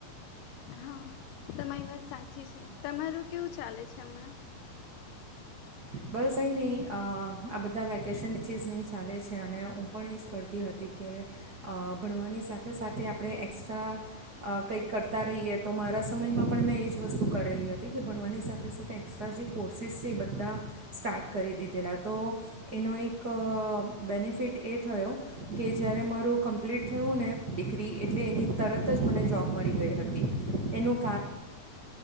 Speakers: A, on the left (about 75°); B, on the right (about 55°).
A: હા તમારી વાત સાચી છે તમારું કેવું ચાલે છે હમણાં
B: બસ અહીં નહીં આ બધા વેકેશન ચીઝ નહીં ચાલે છે અને હું પણ એ જ કરતી હતી કે અ ભણવાની સાથે સાથે આપણે એક્સ્ટ્રા કંઈક કરતા રહીએ તો મારા સમયમાં પણ મેં એ જ વસ્તુ કરેલી હતી કે ભણવાની સાથે સાથે એક્સ્ટ્રા જે કોટ સીસ્સે બધા સ્ટાર્ટ કરી દીધેલા તો એનો એક અ, બેનિફિટ એ થયો કે જ્યારે મારું કમ્પ્લીટ થયું ને ડિગ્રી એટલે એની તરત જ મને જોબ મળી ગઈ હતી એનું